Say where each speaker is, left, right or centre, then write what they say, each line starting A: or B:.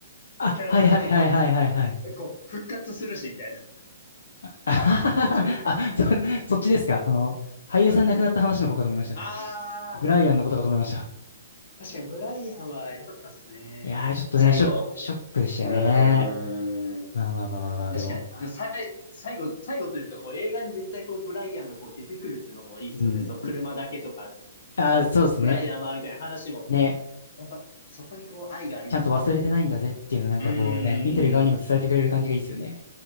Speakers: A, on the left; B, on the left.
A: あ、
B: キャラクターとか、
A: はいはいはいはいはいはい。
B: こう、復活するし、みたいな。
A: <laughs>
B: 途中。
A: あ、そ、そっちですか。あの、俳優さん亡くなった話の方かと思いました。
B: はい。あ
A: ブライアンのことかと思いました。
B: ー、確かにブライアンは良かったっすね。
A: いやー、あれちょっとね、
B: 最後。
A: ショック、ショックでしたね。
B: うーん。
A: まあまあまあまあまあ、
B: 確かに。
A: でも、
B: で、さい、最後、最後というか、こう、映画に絶対こう、ブライアンがこう、出てくるってのもいいですよね。
A: うん。
B: その車だけとか、
A: ああ、
B: あと、
A: そうですね。
B: ブライアンは、みたいな話も。
A: ね。
B: やっぱ、そこにこう、愛がありますよね。
A: ちゃんと忘れてないんだぜっていうのなんかこうね、
B: やっぱもう。うーん。
A: 見てる側にも伝えてくれる感じがいいですよね。